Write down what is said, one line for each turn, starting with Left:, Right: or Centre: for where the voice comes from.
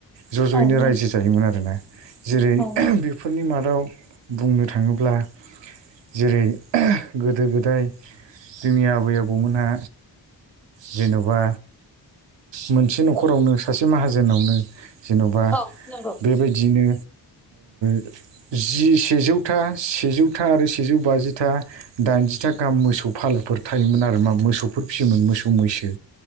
Right: ज' ज'यैनो
Centre: औ नंगौ
Right: रायजो जायोमोन आरोना जेरै
Centre: औ नंगौ
Right: फोरनि मादाव बुंनो थाङोब्ला जेरै गोदो गोदाय जोंनि आबै आबौमोनहा जेन'बा मोनसे न'खरावनो सासे माहाजोनावनो जेन'बा
Centre: औ नंगौ
Right: बेबायदियनो जि सेजौथा सेजौथा आरो सेजौ बाजिथा‌ दाइनजिथा गाहाम मोसौ मोसौ फालोफोर थायोमोन आरो मा मोसौफोर फिसियोमोन मोसौ मैसो